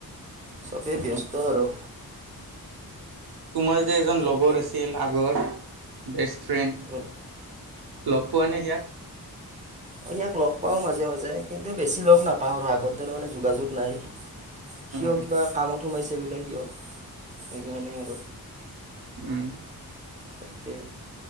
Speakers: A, on the right; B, on the right.
A: চবেই ব্যস্ত
B: অ',
A: আৰু।
B: তোমাৰ যে এজন লগৰ
A: এতিয়া।
B: আছিল আগৰ বেষ্ট ফ্ৰেন
A: উম,
B: লগ পোৱা নে সিয়াক।
A: অহ' ইয়াক লগ পাওঁ মাজে মাজে, কিন্তু বেছি লগ নাপাওঁ, আৰু আগৰ দৰে মানে যোগাযোগ নাই। সিও
B: উম,
A: কিবা কামত সোমাইছে বোলে সিও সেইকাৰণে আৰু।
B: উম,
A: তাকে,